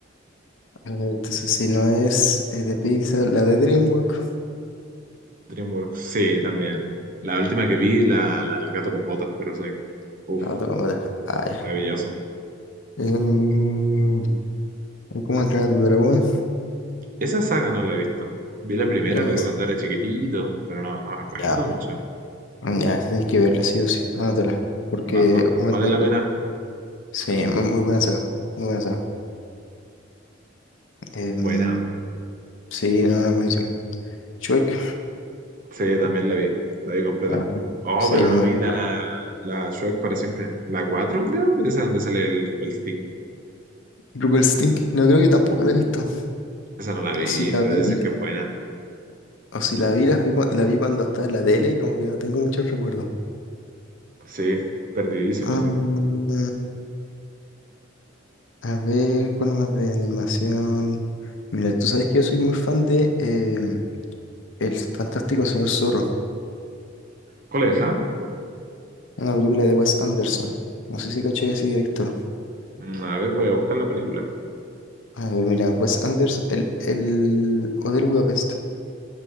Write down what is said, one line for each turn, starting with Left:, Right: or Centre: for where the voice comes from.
Left: A ver, entonces si no es eh, de Pixar, la de DreamWorks.
Right: DreamWorks. Sí, también. La última que vi, la, la El gato con botas, pero soy. Uf,
Left: La otra completa. Ah, ya.
Right: maravilloso.
Left: Em, ¿cómo entrar a tu dragón?
Right: Esa saga no la he visto. Vi la primera,
Left: Ya,
Right: pero cuando era chiquitito, pero no, no me acuerdo
Left: Ya,
Right: mucho.
Left: ya, esa tienes que verla sí o sí, anótala, porque
Right: Va- va-
Left: ¿cómo
Right: ¿vale
Left: entra-
Right: la pena?
Left: sí, muy, muy buena saga, muy buena saga. Em,
Right: Buena.
Left: sí, no, no, buenísimo. Shrek,
Right: Sí, también la vi. La vi completa.
Left: ah,
Right: Oh,
Left: sí,
Right: pero
Left: me
Right: no
Left: imagino.
Right: vi la, la Shrek para siempre. La 4, creo. Esa donde sale el Rumpelstiltskin.
Left: Rupert Stinky, no creo que tampoco la he visto,
Right: Esa no la vi,
Left: o si la
Right: pero
Left: vi,
Right: dicen que es buena.
Left: o si la vi, la, fui cua- la vi cuando estaba en la tele y como que no tengo muchos recuerdos.
Right: Sí, perdidísimo,
Left: Mm,
Right: sí.
Left: a ver, ¿cuál más de animación? Mira, tú sabes que yo soy muy fan de em, El Fantástico Señor Zorro.
Right: ¿Cuál es,
Left: Una película de Wes Anderson. No sé si caché ese director.
Right: Mm, A ver, voy a buscar la película.
Left: A ver, mira, Wes Anderson, el, el Hotel Budapest.